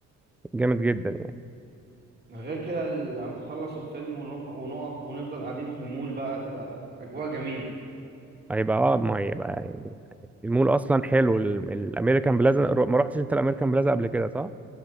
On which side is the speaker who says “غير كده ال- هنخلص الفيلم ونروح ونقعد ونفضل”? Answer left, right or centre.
Right